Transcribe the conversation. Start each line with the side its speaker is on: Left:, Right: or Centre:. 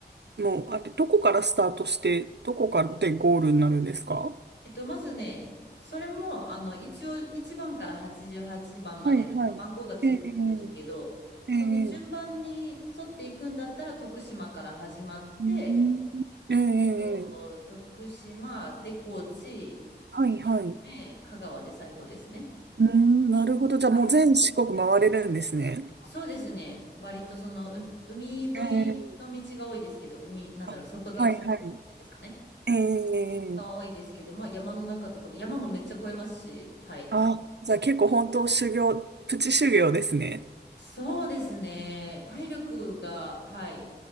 Right: の、あれ、どこからスタートして、どこからでゴールになるんですか
Left: えっと、まずね、それも、あの、一応、1番から88番まで、
Right: はいはい。
Left: 番号がついてるんですけど、
Right: ええ
Left: その順番に沿っていくんだったら、
Right: ええ
Left: 徳島から始まって、
Right: うんええ
Left: お徳島で高知、
Right: ええはいはい。
Left: 愛媛、香川で最後ですね。
Right: うん、なるほど。じゃあもう全四国回れるんですね。
Left: はいそうですね。割とその、う海沿いの道が多いですけど、
Right: ええ
Left: 海、なんだろう、
Right: あ、
Left: 外が、
Right: はいはい。
Left: 外側っていうんですかね。
Right: ええ
Left: が多いですけど、まあ山の中とかも、山もめっちゃ越えますし、はい。
Right: あ、じゃあ結構本当修行、プチ修行ですね。
Left: そうですね。体力が、はい、